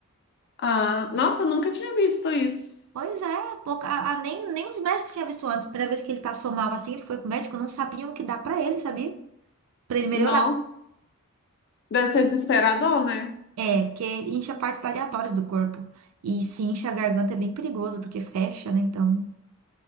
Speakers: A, on the left (about 50°); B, on the right (about 80°).
A: Ah, nossa, eu nunca tinha visto isso.
B: Pois é, pouca, a, a- nem, nem os médicos tinham visto antes. Primeira vez que ele passou mal assim, ele foi pro médico, não sabiam o que dar pra ele, sabia? Pra ele melhorar.
A: Nossa. Deve ser desesperador, né?
B: É, porque incha partes aleatórias do corpo. E se incha a garganta é bem perigoso, porque fecha, né? Então.